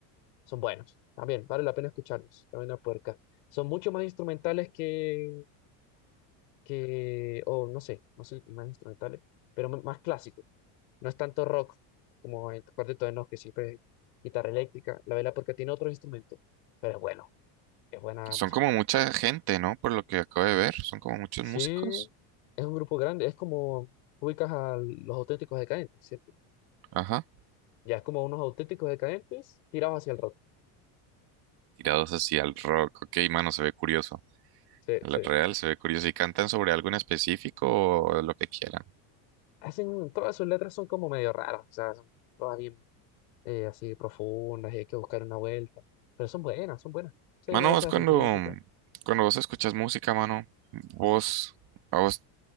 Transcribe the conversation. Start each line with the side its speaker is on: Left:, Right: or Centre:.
Left: son buenos. También vale la pena escucharlos. La Vela Puerca. Son mucho más instrumentales que, que, o no sé, no sé, y más instrumentales, pero m- más clásicos. No es tanto rock como el Cuarteto de Nos, que siempre es guitarra eléctrica. La Vela Puerca tiene otros instrumentos, pero es bueno, es buena
Right: Son
Left: música.
Right: como mucha gente, ¿no? Por lo que acabo de ver, son como muchos
Left: Sí,
Right: músicos.
Left: es un grupo grande. Es como ubicas a los auténticos decadentes, ¿cierto?
Right: Ajá.
Left: Ya es como unos auténticos decadentes tirados hacia el rock.
Right: Tirados hacia el rock. Ok, mano, se ve curioso.
Left: Sí,
Right: La
Left: sí.
Right: real se ve curioso. ¿Y cantan sobre algo en específico o lo que quieran?
Left: Hacen, todas sus letras son como medio raras, o sea, son todas bien eh, así profundas y hay que buscar una vuelta, pero son buenas, son buenas. Sí,
Right: Mano,
Left: a veces
Right: vos cuando,
Left: hacen críticas.
Right: cuando vos escuchas música, mano, vos, a vos,